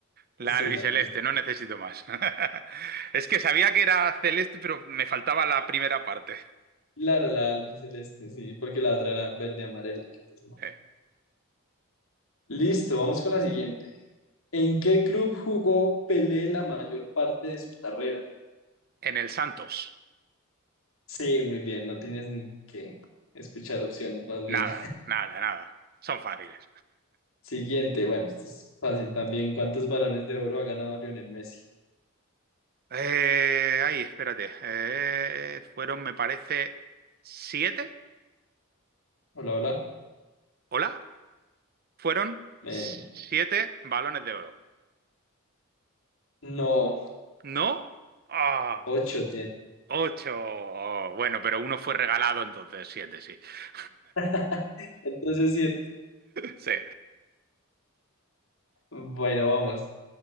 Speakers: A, on the right; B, on the left.
A: La
B: Sí,
A: albiceleste,
B: la albiceleste.
A: no necesito más. <laughs> Es que sabía que era celeste, pero me faltaba la primera parte.
B: Claro, la albiceleste, sí, porque la otra era verde amarela, que pues no.
A: Eh,
B: Listo, vamos con la siguiente. ¿En qué club jugó Pelé la mayor parte de su carrera?
A: En el Santos.
B: Sí, muy bien, no tienes ni que escuchar opciones, más bien.
A: Nada, nada, nada. Son fáciles.
B: <laughs> Siguiente, bueno, esto es fácil también. ¿Cuántos balones de oro ha ganado Lionel Messi?
A: Eh, ay, espérate. Eh, fueron, me parece, siete.
B: Hola, hola.
A: ¿Hola? Fueron
B: Me-
A: siete balones de oro.
B: No,
A: ¿No? Ah,
B: ocho tiene.
A: ocho. Oh, Bueno, pero uno fue regalado, entonces siete, sí. <laughs>
B: <laughs> Entonces, sí,
A: Sí.
B: Bueno, vamos.